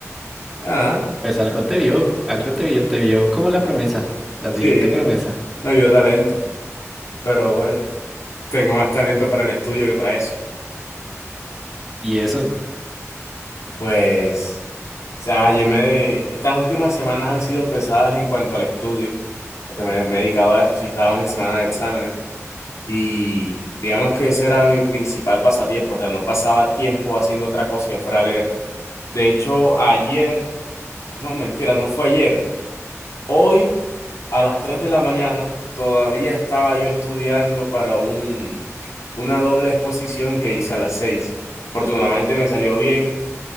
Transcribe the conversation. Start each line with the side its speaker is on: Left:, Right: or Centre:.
Left: ajá,
Centre: Pues algo te vio, algo te vio, te vio como la promesa, la siguiente
Left: sí,
Centre: promesa.
Left: me dio talento. Pero bueno, tengo más talento para el estudio que para eso.
Centre: Y eso,
Left: Pues, o sea, yo me... Estas últimas semanas han sido pesadas en cuanto al estudio, porque me, me he dedicado a eso, sí, estábamos en semana de exámenes. Y digamos que ese era mi principal pasatiempo, o sea, no pasaba tiempo haciendo otra cosa que fuera leer. De hecho, ayer, no, mentira, no fue ayer, hoy a las 3 de la mañana todavía estaba yo estudiando para un, una doble exposición que hice a las seis Afortunadamente me salió bien,